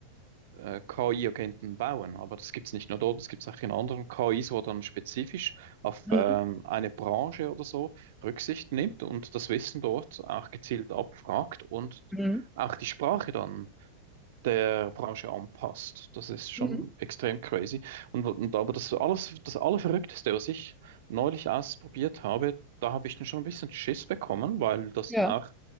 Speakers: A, on the right (about 55°); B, in the centre.
A: äh, KI-Agenten bauen. Aber das gibt es nicht nur dort, das gibt es auch in anderen KIs, wo dann spezifisch auf
B: Mhm.
A: ähm, eine Branche oder so Rücksicht nimmt und das Wissen dort auch gezielt abfragt und
B: Mhm.
A: auch die Sprache dann der Branche anpasst. Das ist schon
B: Mhm.
A: extrem crazy. Und, und aber das alles, das Allerverrückteste, was ich neulich ausprobiert habe, da habe ich dann schon ein bisschen Schiss bekommen, weil das
B: Ja.
A: dann auch